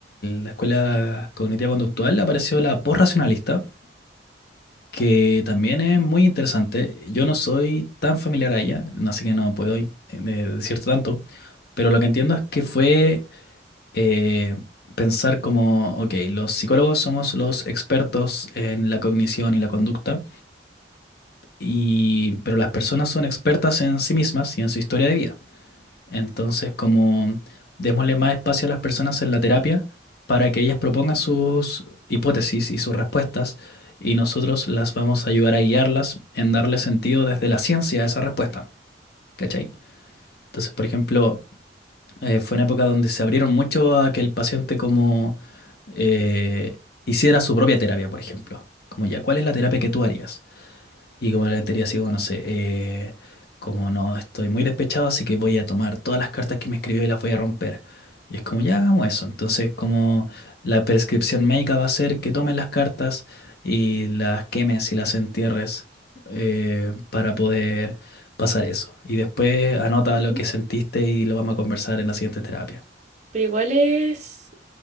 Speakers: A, on the left; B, on the right.
A: la escuela cognitiva conductual apareció la posracionalista, que también es muy interesante. Yo no soy tan familiar a ella, así que no puedo eh, decirte tanto, pero lo que entiendo es que fue eh, pensar como, ok, los psicólogos somos los expertos en la cognición y la conducta, y, pero las personas son expertas en sí mismas y en su historia de vida. Entonces, como démosle más espacio a las personas en la terapia para que ellas propongan sus hipótesis y sus respuestas y nosotros las vamos a ayudar a guiarlas en darle sentido desde la ciencia a esa respuesta, ¿cachai? Entonces, por ejemplo, eh, fue una época donde se abrieron mucho a que el paciente como eh, hiciera su propia terapia, por ejemplo. Como ya, ¿cuál es la terapia que tú harías? Y como le diría así como, no sé, eh, como no, estoy muy despechado, así que voy a tomar todas las cartas que me escribió y las voy a romper. Y es como, ya hagamos eso. Entonces, como la prescripción médica va a ser que tomes las cartas y las quemes y las entierres eh, para poder pasar eso. Y después anota
B: Ya.
A: lo que sentiste y lo vamos a conversar en la siguiente terapia.
B: Pero igual es